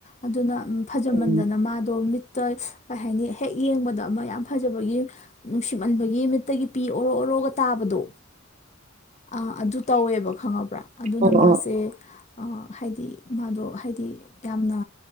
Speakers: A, on the left; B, on the right.
A: ꯑꯗꯨꯅ ꯐꯖꯃꯟꯗꯅ
B: ꯎꯝ
A: ꯃꯥꯗꯣ ꯃꯤꯠꯇ ꯀꯩ ꯍꯥꯏꯅꯤ ꯍꯦꯛ ꯌꯦꯡꯕꯗ ꯑꯃ ꯌꯥꯝ ꯐꯖꯕꯒꯤ ꯅꯨꯡꯁꯤꯃꯟꯕꯒꯤ ꯃꯤꯠ ꯇꯒꯤ ꯄꯤ ꯑꯣꯔꯣ ꯑꯣꯔꯣꯒ ꯇꯥꯕꯗꯣ ꯑ ꯑꯗꯨ ꯇꯧꯋꯦꯕ ꯈꯪꯉꯕ꯭ꯔꯥ ꯑꯗꯨꯅ
B: ꯑꯣ
A: ꯃꯥꯁꯦ
B: ꯑꯣ
A: ꯑꯥ ꯍꯥꯏꯗꯤ ꯃꯥꯗꯣ ꯍꯥꯏꯗꯤ ꯌꯥꯝꯅ